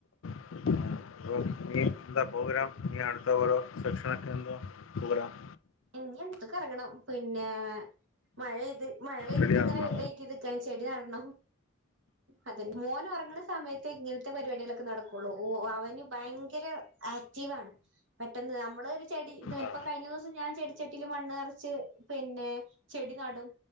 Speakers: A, on the left (about 80°); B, on the right (about 65°).
A: <unintelligible> എന്താ പ്രോഗ്രാം ഇനി അടുത്ത ഓരോ സെക്ഷനോക്കെ എന്തോ പ്രോഗ്രാം-
B: ഇഞ്ഞി <unintelligible> കറങ്ങണം പിന്നെ മഴ പെയ്ത് മഴ പെയ്തിട്ട്
A: റെഡിയാണല്ലോ
B: ഇങ്ങനെ <unintelligible> ചെടി നടണം അതെ മോന് ഉറങ്ങണ സമയത്തെ ഇങ്ങനത്തെ പരിപാടികളൊക്കെ നടക്കുള്ളൂ ഓഹ് അവന് ഭയങ്കര ആക്റ്റീവാണ് പെട്ടന്ന് നമ്മള് ഒരു ചെടി
A: ആ
B: ഇപ്പോ കഴിഞ്ഞ ദിവസം ഞാൻ ചെടിച്ചെട്ടിൽ മണ്ണ് നിറച്ച് പിന്നെ ചെടി നടും